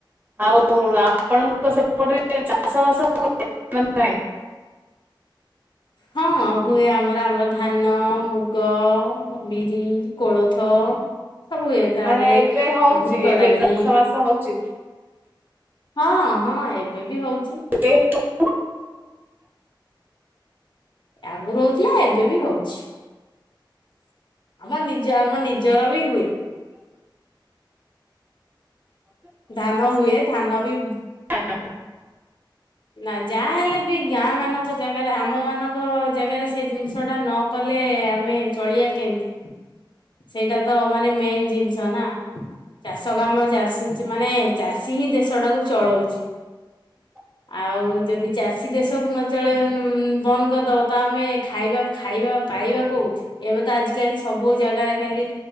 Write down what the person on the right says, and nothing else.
ଆଉ ଆପଣଙ୍କ ସେପଟରେ ଚାଷ ବାସ ହୁଏ ନାଁ ନାହିଁ?
ମାନେ ଏବେ ହଉଛି
ଏବେ
ଚାଷ ବାସ ହଉଛି।
<unintelligible>
<inaudible>
<inaudible>